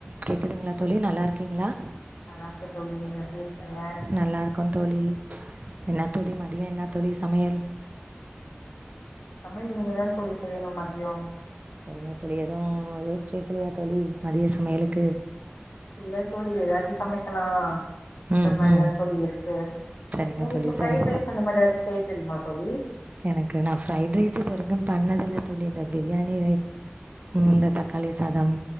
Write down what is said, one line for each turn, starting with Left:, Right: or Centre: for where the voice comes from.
Right: கேக்குதுங்களா தோழி நல்லா இருக்கீங்களா
Left: நல்லா இருக்கே தோழி நீங்க எப்டி இருக்கீங்க
Right: நல்லா இருக்கோ தோழி என்ன தோழி மதியம் என்ன தோழி சமையல்
Left: சமையல் இனிமேதா தோழி செய்யணு மதியோ
Right: சரிங்க தோழி எதுவும் யோசிச்சு வைக்கலையா தோழி மதிய சமையலுக்கு
Left: இல்ல சொல்லி ஏதாச்சும் சமைக்கலாம்
Right: ம்
Left: அ மாதிரிதான்
Right: ம்
Left: சொல்லி இருக்கு
Right: சரிங்க
Left: எங்களுக்கு
Right: தோழி
Left: பரைட்
Right: சரிங்க
Left: ரைஸ் அந்த மாதிரி ஏதாச்சும் செய்ய தெரியுமாட்டே அ
Right: எனக்கு நான் ஃப்ரைட் ரைஸ் இது வரைக்கும் பண்ணது இல்ல தோழி இந்த பிரியாணி இந்த தக்காளி சாதம்